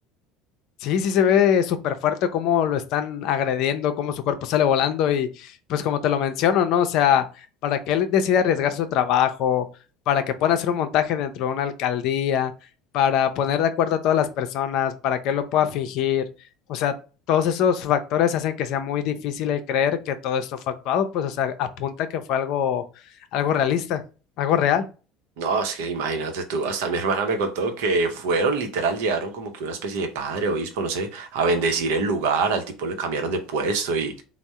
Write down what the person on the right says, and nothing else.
No, es que imagínate tú, hasta mi <laughs> hermana me contó que fueron, literal, llegaron como que una especie de padre, obispo, no sé, a bendecir el lugar, al tipo le cambiaron de puesto y